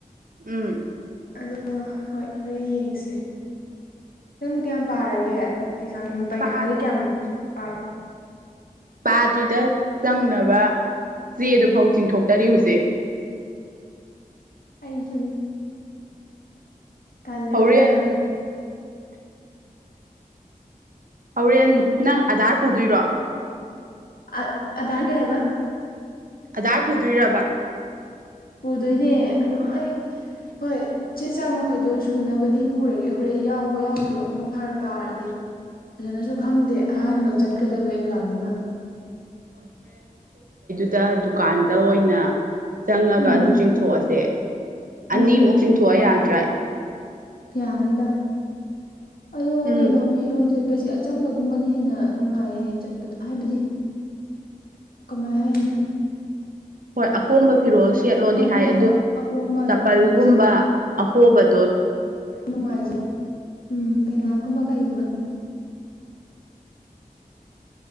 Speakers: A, on the right; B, on the left.
A: ꯎꯝ
B: ꯑꯗꯣ ꯍꯣꯏ ꯍꯣꯔꯦꯟ ꯌꯦꯡꯁꯦ ꯅꯪꯕꯨ ꯀꯌꯥꯝ ꯄꯥꯔꯒꯦ ꯑꯦꯛꯖꯥꯝ ꯄꯩꯈꯥꯒꯤ
A: ꯄꯥꯠ
B: ꯀꯌꯥꯝ ꯄꯥ
A: ꯄꯥꯗ꯭ꯔꯤꯗ ꯆꯪꯅꯕ ꯆꯦꯗꯨꯐꯥꯎ ꯆꯤꯡꯊꯣꯛꯇꯔꯤ ꯍꯧꯖꯤꯛ
B: ꯀꯔꯤ ꯆꯅꯤ ꯇꯂꯕ
A: ꯍꯣꯔꯦꯟ
B: ꯌꯥꯅ
A: ꯍꯣꯔꯦꯟ ꯅꯪ ꯑꯙꯥꯔ ꯄꯨꯗꯣꯏꯔꯣ
B: ꯑ ꯑꯗꯒꯦꯕ
A: ꯑꯙꯥꯔ ꯄꯨꯗꯣꯏꯔꯕ
B: ꯄꯨꯗꯣꯏꯅꯦ ꯑꯗꯨꯝ ꯑꯩ ꯍꯣꯏ ꯆꯦ ꯆꯥꯡ ꯃꯈ ꯀꯩꯗꯣ ꯁꯨꯅꯕꯗꯤ ꯄꯨꯔꯒꯦ ꯍꯣꯔꯦꯟ ꯌꯥꯎꯕ ꯌꯥꯎꯗꯕ ꯑꯃꯨꯛ ꯐꯔꯛ ꯇꯥꯔꯗꯤ ꯐꯖꯅꯁꯨ ꯈꯪꯗꯦ ꯑꯍꯥꯟꯕ ꯆꯠꯀꯗꯕ ꯑꯦꯛꯖꯥꯝꯅꯤꯅ
A: ꯗ ꯗꯨꯀꯥꯟꯗ ꯑꯣꯏꯅ ꯆꯪꯉꯒ
B: ꯎꯝ
A: ꯑꯗꯨ ꯆꯤꯡꯊꯣꯛꯑꯁꯦ ꯑꯅꯤꯃꯨꯛ
B: ꯎꯝ
A: ꯆꯤꯡꯊꯣꯛꯑ
B: ꯑꯗꯨꯃꯥꯏꯅ
A: ꯌꯥꯗ꯭ꯔꯥ
B: ꯌꯥꯅꯤꯗ ꯑꯗꯣ
A: ꯎꯝ
B: ꯀꯩꯅꯣ ꯐꯤꯔꯣꯟꯖꯠ ꯆꯠꯄꯁꯦ ꯑꯆꯝꯕꯒꯨꯝꯕꯅ ꯍꯦꯟꯅ ꯅꯨꯡꯉꯥꯏ ꯍꯥꯏ ꯆꯠꯄꯗ ꯍꯥꯏꯕꯗꯤ ꯀꯃꯥꯏ ꯍꯥꯏꯅꯤ
A: ꯍꯣꯏ ꯑꯀꯣꯝꯕ ꯐꯤꯔꯣꯜ ꯁꯦꯠꯂꯣꯗꯤ
B: ꯑꯥ
A: ꯍꯥꯏ
B: ꯍꯣꯏ
A: ꯑꯗꯨ
B: ꯍꯣꯏ ꯑꯀꯣꯝꯕ ꯑꯗꯨꯃꯥꯏꯅ
A: ꯆꯄꯜꯒꯨꯝꯕ ꯑꯍꯣꯕꯗ
B: ꯅꯨꯡꯉꯥꯏꯖꯩ ꯎꯝ ꯐꯤꯅꯥꯠꯀꯨꯝꯕ ꯀꯩꯒꯨꯝꯕ